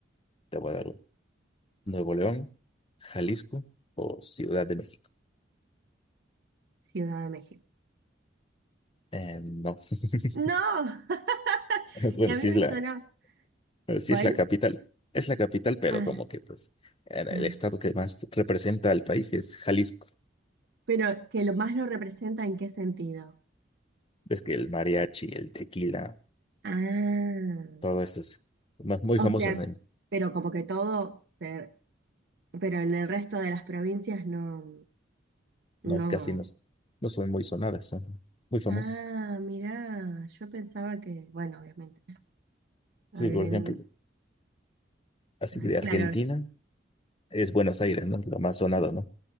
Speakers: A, on the left; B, on the right.
A: Te voy a dar uno. ¿Nuevo
B: sí,
A: León, Jalisco o Ciudad de México?
B: Ciudad de México.
A: Eh, no. <laughs>
B: ¡No! <laughs>
A: Bueno,
B: Y a
A: sí
B: mí me
A: es la,
B: suena,
A: Eh, Sí,
B: ¿cuál?
A: es la capital, es la capital, pero
B: Ah,
A: como que pues en
B: claro,
A: el estado que más representa al país es Jalisco.
B: pero que lo más lo representa en qué sentido.
A: Ves que el mariachi, el tequila,
B: Ah,
A: todo eso es más- muy
B: o
A: famoso,
B: sea,
A: ¿no?
B: pero como que todo se Pero en el resto de las provincias no, no.
A: no, casi no, s- no son muy sonadas, son muy famosas.
B: Ah, mirá, yo pensaba que, bueno, obviamente,
A: Sí,
B: habían-
A: por ejemplo, así
B: ay,
A: de
B: claro,
A: Argentina es Buenos Aires, ¿no? Lo más sonado, ¿no?